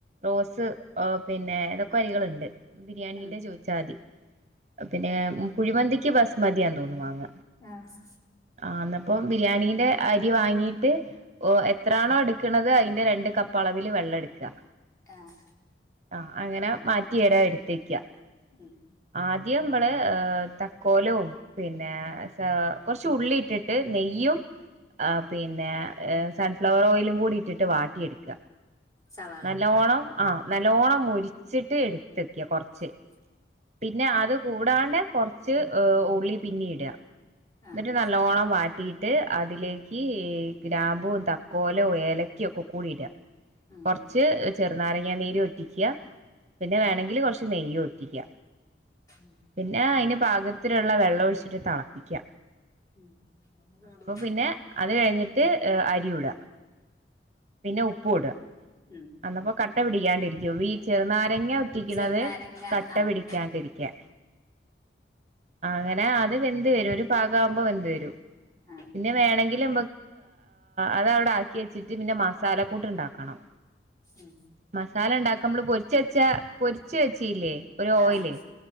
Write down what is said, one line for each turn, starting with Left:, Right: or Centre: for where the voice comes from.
Right: റോസ് അ പിന്നെ ഏതക്കൊ അരികള്ണ്ട് ബിരിയാണീന്റെ
Left: ഉം
Right: ചോയ്ച്ചാതി പിന്നെ കുഴിമന്തിക്ക് ബസ്മതിയാ തോന്ന്ന്നു വാങ്ങ
Left: ആഹ്
Right: ആന്നപ്പം ബിരിയാണീന്റെ അരി വാങ്ങീട്ട് ഓഹ് എത്രാണോ എട്ക്ക്ണത് അയ്ന്റെ രണ്ട് കപ്പളവില് വെള്ളട്ക്ക
Left: ആഹ്
Right: ആഹ് അങ്ങനെ മാറ്റിയേടെ എട്ത്തെക്ക
Left: ഉം
Right: ആദ്യം മ്മള് തക്കോലോം പിന്നെ സെ കൊർച്ചുള്ളീട്ട്- ട്ട് നെയ്യും അ പിന്നെ എ സൺഫ്ലവറോയിലും കൂടിട്ടിട്ട് വാട്ടിയെട്ക്ക
Left: സവാള
Right: നല്ലോണം ആ നല്ലോണം മുരിച്ചിട്ട് എട്ത്തെക്ക കൊർച്ച്
Left: <unintelligible>
Right: പിന്നെ അത് കൂടാണ്ടെ കൊർച്ച് എഹ് ഉള്ളി പിന്നീട
Left: ആഹ്
Right: ഇന്ന്ട്ട് നല്ലോണം വാ ട്ടീട്ട് അതിലേക്ക് ഈ ഗ്രാമ്പും തക്കോലും ഏലക്കിം ഒക്കെക്കൂടിട
Left: ഉം
Right: കൊർച്ച് ചെറ്നാരങ്ങ നീരൂറ്റിക്ക പിന്നെ വേണങ്കില് കൊർച്ച് നെയ്യും
Left: ഉം
Right: പിന്നെ അതിന് പാകത്തിലുള്ള വെള്ള ഒഴിച്ചിട്ട് തിളപ്പിക്കുക
Left: ഉം നമുക്ക്
Right: അപ്പൊ പിന്നെ അത് കഴിഞ്ഞിട്ട് അരി ഇട പിന്നെ ഉപ്പ് ഇടുക
Left: ഉം
Right: അന്നപ്പോ കട്ട പിടിക്കാണ്ടിരിക്കും വീ ചെറുനാരങ്ങ ഒറ്റിക്കണത്
Left: ചെറുനാരങ്ങ
Right: കട്ട
Left: ആഹ്
Right: പിടിക്കാണ്ടരിക്ക അങ്ങനെ അത് വെന്ത് വരും ഒരു പാക ആവുമ്പോ വെന് വരും
Left: ആഹ്
Right: പിന്നെ വേണമെങ്കിലിൽ അതവിടെ ആക്കി വെച്ചിട്ട് പിന്നെ മസാല കൂട്ട ഉണ്ടാക്കണം
Left: ഉം
Right: മസാല ഉണ്ടാക്കുമ്പോള് പൊരിച്ച് വെച്ചാ പൊരിച്ച് വെച്ചല്ലേ ഒരു ഓയില്
Left: ആഹ്